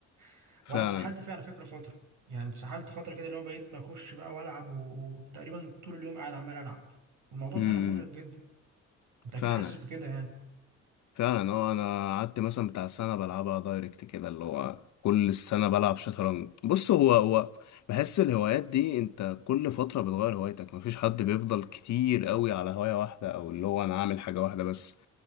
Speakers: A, on the right; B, on the left.
A: <laughs>
B: فعلا
A: وانا اتسحلت فيه على فكرة فترة يعني اتسحلت فترة كده اللي هو بقيت بخش بقى والعب و- وتقريبا طول اليوم قاعد عمال العب والموضوع
B: امم
A: فعلا مرهق جدا انت اكيد
B: فعلا
A: حاسس بكده يعني
B: فعلا اه انا قعدت مثلا بتاع سنه بلعبها دايركت كده اللي هو كل السنه بلعب شطرنج بص هو هو بحس الهوايات دي انت كل فتره بتغير هوايتك مفيش حد بيفضل كتير قوي على هوايه واحده او اللي هو انا عامل حاجه واحده بس